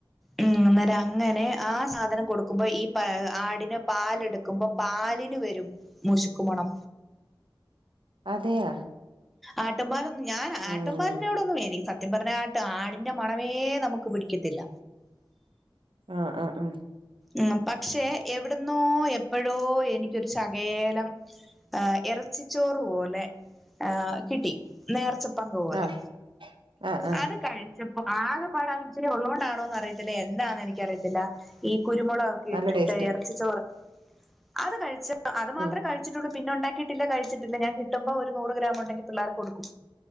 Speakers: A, in the centre; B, on the right.
A: മ്മ് അന്നേരം അങ്ങനെ ആ സാധനം കൊടുക്കുമ്പോ ഈ പാ ആടിനെ പാലെടുക്കുമ്പോപാലിന് വരും മുശുക്കുമണം
B: അതെയാ
A: ആട്ടിൻപാലൊന്നും ഞാ
B: ഉം
A: ആട്ടിൻ ഫിലിനോടൊന്നും എനി സ സത്യം പറഞ്ഞാട്ട് ആടിന്റെ മണമേ നമ്മക്ക് പിടിക്കത്തില്ല
B: ആ ആ ആ
A: ഉം പക്ഷെ എവിടുന്നോ എപ്പോഴോ എനിക്കൊരു ശകേലം ആ എറച്ചിച്ചോറ് പോലെ ആ കിട്ടി നേർച്ച പങ്ക് പോലെ
B: ആഹ് ആഹ് ആഹ്
A: അത് കഴിച്ച ആകെ പാടെ ഇച്ചിരി ഒള്ളോണ്ടാണോന്ന് അറിയത്തില്ല എനാന്നും എനിക്കറിയത്തില്ല ഈ കുരുമൊളകൊക്കെ
B: നല്ല
A: ഇട്ടിട്ട്
B: ടേസ്റ്റ്
A: ഇറച്ചിച്ചോറ് അത് കഴിച്ച അത് മാത്രേ
B: ഉം
A: കഴിച്ചിട്ടുള്ളൂ പിന്നെ ഒണ്ടാക്കിയിട്ടില്ല കഴിച്ചിട്ടില്ല ഞാൻ കിട്ടുമ്പോ ഒരു നൂറ് ഗ്രാം ഉണ്ടെങ്കിൽ പിള്ളേർക്ക് കൊടുക്കും